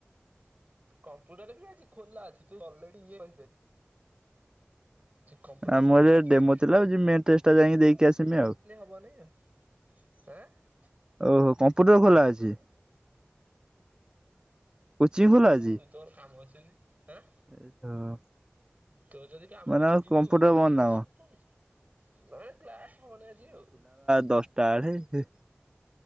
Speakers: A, on the right (about 40°); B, on the right (about 20°).
A: କମ୍ପୁଟର ବି ଆଜି ଖୋଲା ଅଛି ତୁ ଗଲେ ବି ଇଏ କରିପାରିବୁ କମ୍ପ୍ୟୁଟର
B: ଆମର
A: ଖୋଲା ଅଛି
B: ଡେମୋ
A: ବା
B: ଥିଲା ଆଉ ଯୋଉ ମେନ ଟେଷ୍ଟ ଟା ଯାଇକି ଦେଇକି ଆସିମି ଆଉ
A: ଓନେ ୟର ଆଁ
B: ଓହୋ କମ୍ପ୍ୟୁଟର ଖୋଲା ଅଛି କୋଚିଂ ଖୋଲା
A: ତୁ
B: ଅଛି
A: ତୋର କାମ ଅଛି ଯଦି ଆଁ
B: <unintelligible>
A: ତୋର ଯଦି କାମ
B: ମାନେ
A: ଅଛି
B: ଆଉ
A: ଯିବୁ
B: କମ୍ପ୍ୟୁଟର
A: ସାରିକି
B: ବନ୍ଦ ନା
A: ଆସିବୁ କଣ ଅଛି ନାଇଁ କ୍ଲାସ୍ ହଉନି ଆଜି ଆଉ
B: ଦଶା <inaudible> ତା ଆଡ଼େ